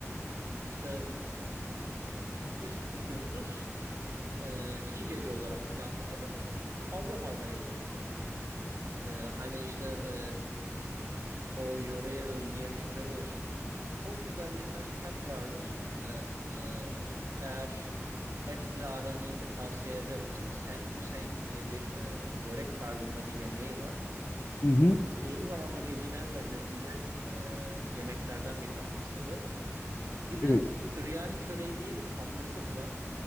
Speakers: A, on the right; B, on the left.
A: işte üç gündüz e, iki gece olarak planladık. Fazla fazla yetti bize. E, hani işte e, o yöreye özgü yemekleri olsun. Çok güzel birkaç tat vardır. E, e, eğer etle aran iyiyse tavsiye ederim. Sembu Seng diye bir e, börek tarzında bir yemeği var.
B: Hı hı.
A: E, uzun zamandır yediğim en lezzetli e, yemeklerden bir tanesiydi. Bir de
B: Evet.
A: Süryani çöreği diye bir tatlısı var.